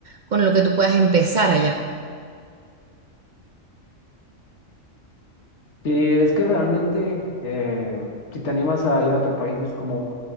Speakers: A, on the right; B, on the left.
A: con lo que tú puedas empezar allá.
B: Sí, es que realmente eh, si te animas a ir a otro país es como,